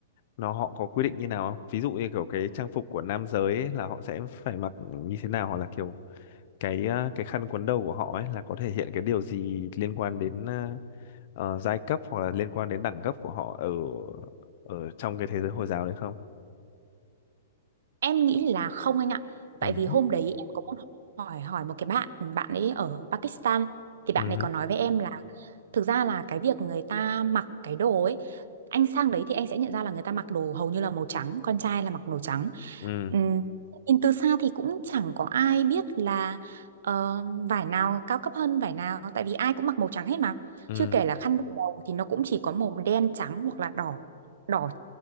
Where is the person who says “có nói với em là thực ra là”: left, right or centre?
Right